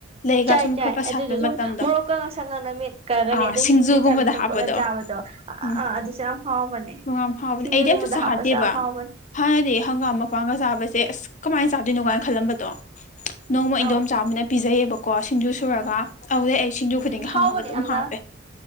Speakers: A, on the left; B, on the right.
A: ꯂꯩꯒ
B: ꯆꯥꯏ
A: ꯁꯨꯝ
B: ꯆꯥꯏ
A: ꯈꯔ ꯈꯔ
B: ꯑꯗꯨꯗꯣ
A: ꯁꯥꯠꯄꯩ
B: ꯁꯨꯝ
A: ꯃꯇꯝꯗꯣ
B: ꯃꯣꯔꯣꯛꯀ ꯉ ꯁꯪ ꯉꯅ ꯃꯦꯠꯀ
A: ꯑꯥ
B: ꯑꯗꯨꯝ
A: ꯁꯤꯡꯖꯨꯒꯨꯝꯕꯗ
B: ꯍꯤꯡ ꯆꯕꯤꯣꯂ
A: ꯍꯥꯞꯄꯗꯣ
B: ꯆꯥꯕꯗꯣ ꯑ
A: ꯎꯝ
B: ꯑꯥ ꯑꯗꯨꯁꯨ ꯌꯥꯝ ꯍꯥꯎꯕꯅꯦ
A: ꯌꯥꯝ ꯍꯥꯎꯕꯅꯦ
B: ꯁꯤꯡꯖꯨꯒꯨꯝꯕꯗ
A: ꯑꯩꯗꯤ ꯑꯝꯇ ꯆꯥꯗꯦꯕ
B: ꯍ ꯍꯥꯁ ꯌꯥꯝ ꯍꯥꯎꯃ
A: ꯍꯥꯟꯅꯗꯤ ꯍꯪꯒꯥꯝ ꯃꯄꯥꯡꯒ ꯆꯥꯕꯁꯦ ꯑꯁ ꯀꯃꯥꯏꯅ ꯆꯥꯗꯣꯏꯅꯣ ꯀꯥꯏꯅ ꯈꯜꯂꯝꯕ ꯑꯗꯣ ꯅꯣꯡꯃ ꯏꯟꯗꯣꯝ
B: ꯑꯧ
A: ꯆꯥꯕꯅ ꯄꯤꯖꯩꯌꯦꯕꯀꯣ ꯁꯤꯡꯖꯨ ꯁꯨꯔꯒ ꯑꯗꯨꯗꯦ ꯑꯩ ꯁꯤꯡꯖꯨ ꯈꯨꯗꯤꯡꯒꯤ
B: ꯎꯝ ꯍꯥꯎꯕꯅꯦ
A: ꯍꯪꯒꯥꯝ ꯑꯗꯨꯝ
B: ꯌꯥꯝꯅ
A: ꯍꯥꯞ